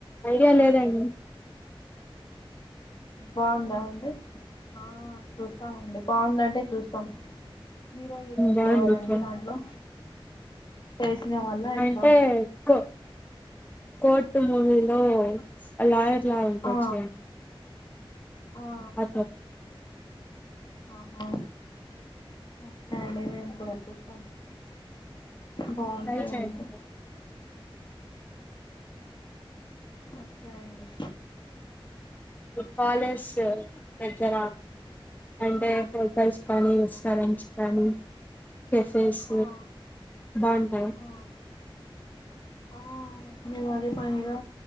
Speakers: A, on the left (about 15°); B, on the left (about 50°).
A: ఐడియా లేదండి
B: బాగుందామండి ఆ చూస్తామండి బాగుందంటే చూస్తాం హీరో హీరోయిన్స్
A: బాగుంది
B: ఎవరండి దాంట్లో తెలిసిన వాళ్ళ ఎట్లా
A: అంటే కో కోట్ మూవీలో అలాయ జ ఉంట
B: ఆ
A: వచ్చ
B: ఆ
A: అ
B: ఆహా ఓకే అండి మేము కూడా చూసాం బాగుంటాయి
A: ట్రై చేయండి
B: అంతే ఓకే అండి
A: పాలస్ దగ్గర అంటే హోటల్స్ కానీ రెస్టారెంట్స్ కానీ కఫేస్
B: ఆ
A: బాగుంటాయి
B: ఆ ఆ మీదది పనిగా